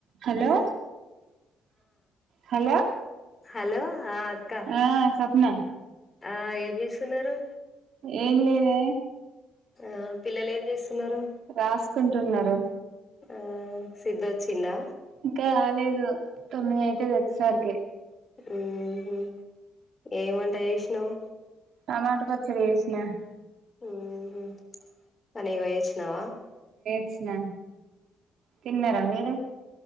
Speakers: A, on the right; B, on the left.
A: హలో హలో
B: హలో ఆ అక్క
A: ఆ సప్న
B: ఆ ఏం చేస్తున్నారు
A: ఏన్ లేదె
B: ఆ పిల్లలు ఏం చేస్తున్నారు
A: రాసుకుంటున్నారు
B: ఆ సిద్ధు వచ్చిండా
A: ఇంకా రాలేదు తొమ్మిదయితది వచ్చేసరికె
B: ఆ ఏమ్ వంట చేసినవ్
A: టమాటో సురేష్ణ <inaudible>
B: ఆ హ్ పనికి పోయి వచ్చినవా
A: వచిన తిన్నరా మీరు